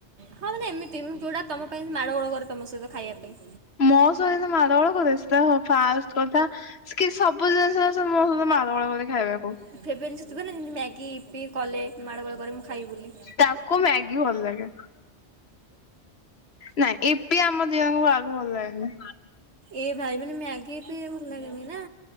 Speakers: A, on the right; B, on the left.
A: ହଁ ମାନେ ଏମିତି ମୁଁ ଯୋଉଟା ତମ ପାଇଁ ମାଡ ଗୋଳ କରେ ତମ ସହିତ ଖାଇବା ପାଇଁ।
B: ମୋ ସହିତ ମାଡଗୋଳ କଲେକି ଚେଷ୍ଟା ମୋ ଫାଷ୍ଟ କଥା କି ସବୁ ଜିନିଷରେ ସେ ମୋ ପାଗଳ ଭଳି ଖାଇବାକୁ।
A: ଫେଫରାଇଟ ଜିନିଷ ଥବ ନା ମ୍ୟାଗି ପି କଲେ ମାଡ଼ଗୋଳ କଲେ ମୁଁ ଖାଇବିନି।
B: ତାକୁ ମ୍ୟାଗି ଭଲ ଲାଗେ। ନାଇଁ ଇପି ଆମ ଦିଜଣ କା ବି ଭଲ ଲାଗେନି।
A: ଏ ଭାଇ ମାନେ ମ୍ୟାଗି ଇପି ଭଲ ଲାଗେ ନି ନା?